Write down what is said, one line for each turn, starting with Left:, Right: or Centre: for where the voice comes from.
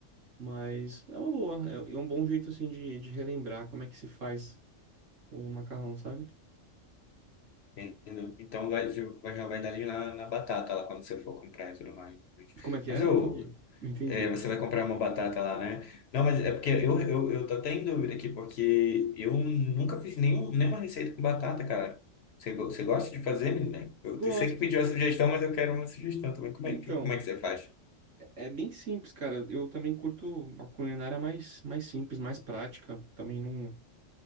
Right: Mas é uma boa, é é um bom jeito assim de, de relembrar como é que se faz o macarrão, sabe?
Left: Entendeu? Então vai, já vai já vai dar ali na, na batata lá quando você for comprar e tudo mais.
Right: Como é que
Left: Mas
Right: é?
Left: eu,
Right: Não entendi. Não entendi.
Left: é, você vai comprar uma batata lá, né? Não, mas é porque eu, eu, eu tô até em dúvida aqui, porque eu nunca fiz nenhum, nenhuma receita com batata, cara. Você, go- você gosta de fazer, menina? Eu
Right: Gosto.
Left: sei que pediu a sugestão, mas eu quero uma sugestão também. Como
Right: Então,
Left: é, que- como é que você faz?
Right: é bem simples, cara. Eu também curto a culinária mais, mais simples, mais prática. Também não.